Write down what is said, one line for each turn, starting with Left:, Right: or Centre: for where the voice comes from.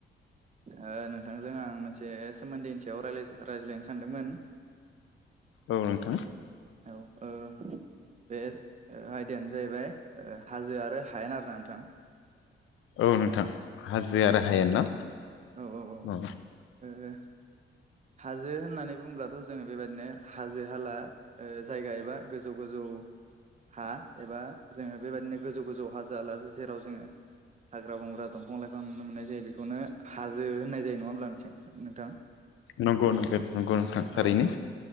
Right: ओ नोंथांजों आं मोनसे सोमोन्दैनि सायाव राय रायज्लायनो सानदोंमोन
Left: औ नोंथां
Right: औ ओ बे आयदायानो जाहैबाय हाजो आरो हायेन आरो ना नोंथां
Left: औ नोंथां हाजो आरो हायेन
Right: औ
Left: ना
Right: औ
Left: औ
Right: ओ हाजो होननानै बुंब्लाथ' जोङो बेबायदिनो हाजो हाला ओ जायगा एबा गोजौ गोजौ हा एबा जोङो बेबायदिनो गोजौ गोजौ हा जायालासे जेराव जोङो हाग्रा बंग्रा दंफां लाइफां नुनो मोननाय जायो बेखौनो हाजो होननाय जायो नङा होमब्ला मिथिया नोंथां।
Left: नंगौ नंगौ नंगौ नोंथां थारैनो।
Right: औ